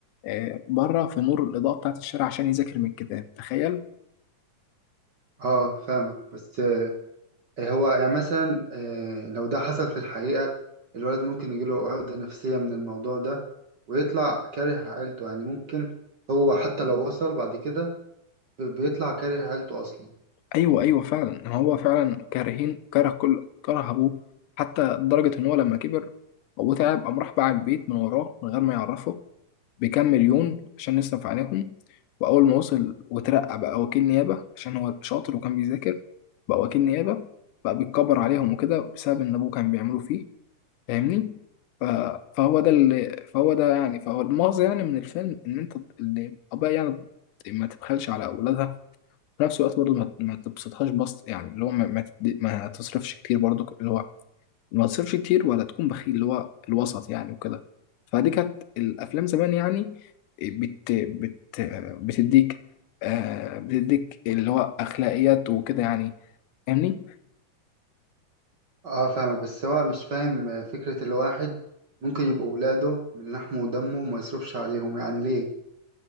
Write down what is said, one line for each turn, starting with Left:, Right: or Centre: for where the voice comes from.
Left: آه، بره في نور الاضاءه بتاعه الشارع عشان يذاكر من الكتاب تخيل
Right: اه فاهمك بس آه هو يعني مثلا آه لو ده حصل في الحقيقة الولد ممكن يجيله عقدة نفسية من الموضوع ده ويطلع كاره عيلته يعني ممكن هو حتى لو وصل بعد كده بيطلع كاره عيلته اصلا
Left: ايوه ايوه فعلا هو فعلا كارهين كره كل كره ابوه حتى لدرجه ان هو لما كبر ابوه تعب قام راح باع البيت من وراه من غير ما يعرفه بكام مليون عشان نصرف عليهم واول ما وصل وترقى بقى وكيل نيابه عشان هو شاطر وكان بيذاكر بقى وكيل نيابه بقى بيتكبر عليهم وكده بسبب ان ابوه كان بيعملوا فيه فاهمني ف- فهو ده اللي فهو ده يعني فهو المغزى يعني من الفيلم ان انت اللي ابويا يعني ما تبخلش على اولادها في نفس الوقت برضه ما ما تبسطهاش بسط يعني اللي هو ما ما تد- ما تصرفش كتير برضه اللي هو ما تصرفش كتير ولا تكون بخيل اللي هو الوسط يعني وكده فدي كانت الافلام زمان يعني بت بت بتديك آه بتديك اللي هو اخلاقيات وكده يعني فاهمني
Right: اه فاهمك بس هو مش فاهم آه، فكرة الواحد ممكن يبقوا ولاده من لحمه ودمه وما يصرفش عليهم يعني ليه؟